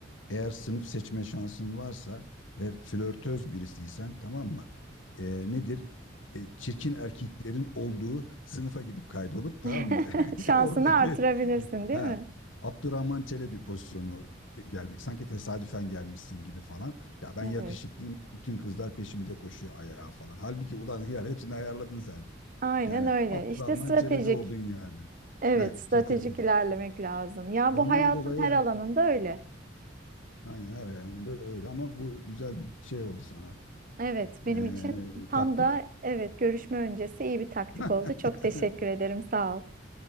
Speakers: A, on the left (about 75°); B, on the right (about 45°).
A: Eğer sınıf seçme şansın varsa ve flörtöz birisiysen tamam mı? Ee, nedir? Ee, çirkin erkeklerin olduğu sınıfa gidip kaydolup tamam
B: <laughs>
A: mı? <laughs>
B: Şansını
A: Oradaki
B: artırabilirsin, değil
A: ha,
B: mi?
A: Abdurrahman Çelebi pozisyonuna gelmek. Sanki tesadüfen gelmişsin gibi falan. Ya ben
B: Evet.
A: yakışıklıyım. Bütün kızlar peşimde koşuyor ayağa falan. Halbuki ulan hıyar hepsini ayarladın sen.
B: Aynen
A: Yani
B: öyle.
A: Abdurrahman
B: İşte stratejik.
A: Çelebi oldun yani.
B: Evet,
A: He,
B: stratejik
A: strateji.
B: ilerlemek lazım. Ya
A: Ondan
B: bu hayatın
A: dolayı
B: her
A: yani
B: alanında öyle.
A: aynen her yanında öyle ama bu güzel bir şey oldu sana.
B: Evet, benim
A: Ee,
B: için tam
A: taktik.
B: da evet görüşme öncesi iyi bir taktik
A: <laughs>
B: oldu. Çok teşekkür ederim. Sağ ol.